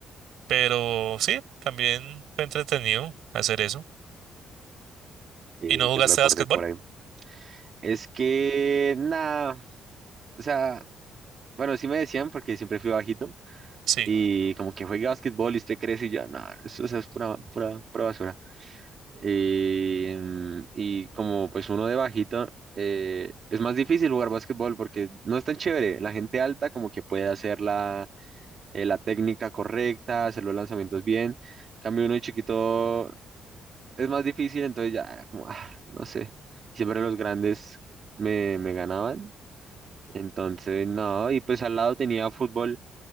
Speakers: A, on the right; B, on the right.
A: pero sí, también fue entretenido hacer eso.
B: eh,
A: ¿Y no jugaste
B: ¿qué otro deporte
A: básquetbol?
B: por ahí? Es que, nada, o sea, bueno, sí me decían porque siempre fui bajito
A: Sí,
B: y como que juegue básquetbol y usted crece y yo, no, eso, eso es pura, pura, pura basura. Eh, mm, y como pues uno de bajito, eh, es más difícil jugar básquetbol porque no es tan chévere. La gente alta como que puede hacer la, eh, la técnica correcta, hacer los lanzamientos bien. En Cambio uno de chiquito es más difícil, entonces ya era como, ah, no sé. Siempre los grandes me, me ganaban. Entonces, no, y pues al lado tenía fútbol